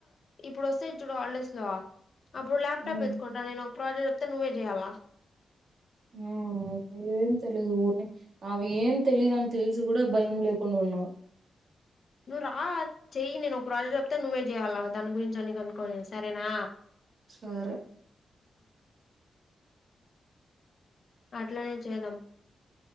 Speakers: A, on the left; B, on the right.
A: ఇప్పుడు వస్తాయి చూడు హాలిడేస్ లో అప్పుడు ల్యాప్టాప్
B: ఉమ్
A: ఎత్తుకుంటాను నేను ఒక ప్రాడెక్ట్ వస్తే నువ్వే చేయ్యాలా
B: ఆమ్ వస్తే ఏం తెలీదు ఊరినే అవి ఏం తెలీదు అని తెలిసి కూడా భయం లేకుండా ఉన్నా
A: నువ్వు రా చెయ్యి నేను ఒక ప్రాజెక్ట్ చెప్తా నువ్వే చేయాలి దాని గురించి దాని కనుక్కొని
B: ఉమ్,
A: చేస్తా సరేనా
B: సరే
A: అట్లానే చేద్దాం